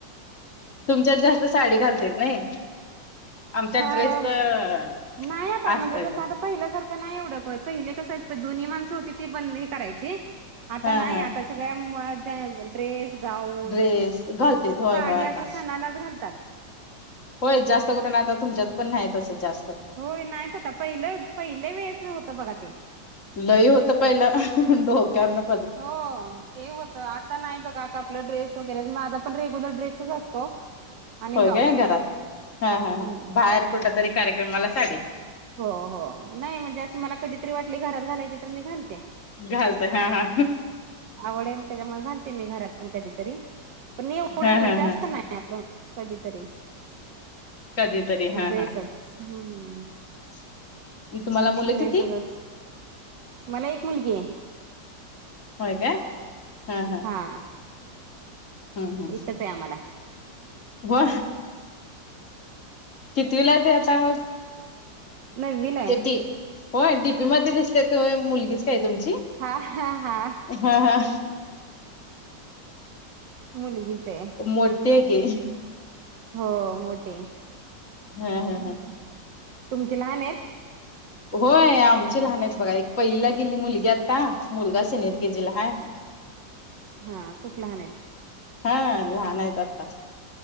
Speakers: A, on the left; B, on the right.
A: तुमच्यात जास्त साडी घालतेतं नायं..... आमच्या
B: हा
A: ड्रेसच अ
B: नाही आता म्हणजे
A: असतेतं.....
B: तसं आता पहिल्यासारखं नाही एवढं पहिले कस जुनी माणसं होती ती बंद.... करायची आता
A: हा
B: नाही
A: हा
B: आता सगळ्या..... ड्रेस गाऊन
A: ड्रेस घालतेत होय
B: साडी
A: होय आता
B: असं सणालाच घालतात....
A: होय जास्त करून आता तुमच्यात पण नाही तसं जास्त.....
B: होय नाहीत आता पहिलं पहिले वेळेस होत बघा ते.....
A: लई होतं पहिल डोक्यावरनं
B: हो ते होत आता नाही बघा आता आपलं ड्रेस वगैरे माझ पण रेग्युल ड्रेसच असतो. आणि
A: होय
B: गाऊन
A: काय घरात हा हा
B: हम्म.
A: बाहेर कुठ तरी कार्यक्रमाला साडी.
B: हो हो नाही म्हणजे असं मला कधीतरी वाटले घरात घालायचे तर मी घालते.
A: घालतय हा हा
B: आवड आहे मग त्याच्यामुळे घालते मी घरात पण कधीतरी. पण उड
A: हा
B: ना
A: हा
B: जास्त
A: हा
B: नाही. <unintelligible> नाही पण कधीतरी
A: कधीतरी
B: ड्रेसच.
A: हा हा
B: ह्म्म्म ह्म्म्म
A: <inaudible> तुम्हाला मुलं
B: ड्रेसचं
A: किती
B: असतयं. मला एक मुलगी आहे.
A: होयं काय.. हा हा...
B: हां.
A: हम्म हम्म
B: एकच आहे आम्हाला.
A: हो... कितीवीला आहे आता मग.
B: नववीला आहे.
A: ते डी होय डीपी मध्ये दिसतेत ती मुलगीच काय तुमची.
B: हा हा हा
A: हा.. हा...
B: मुलगीच आहे
A: मोठी आहे की
B: हो मोठी आहे
A: हा हा हा
B: तुमची लहान आहेत
A: होय आमची लहान आहेत बघा एक पहिला गेली मुलगी आता मुलगा सेनेअर के जी ला आहे
B: हा खूप लहान आहेत
A: हा लहान आहेत आता